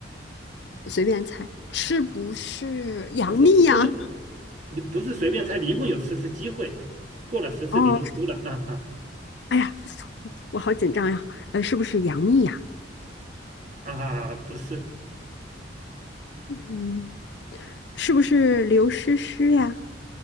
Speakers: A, on the left (about 60°); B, on the right (about 40°).
A: 随便猜，是不是杨幂呀？
B: 呃不不是你不是随便猜，你一共有十次机会，过了十次你就输了啊啊
A: 哦，哎呀，我好紧张呀。呃，是不是杨幂呀？
B: 啊，不是。
A: 嗯，是不是刘诗诗呀？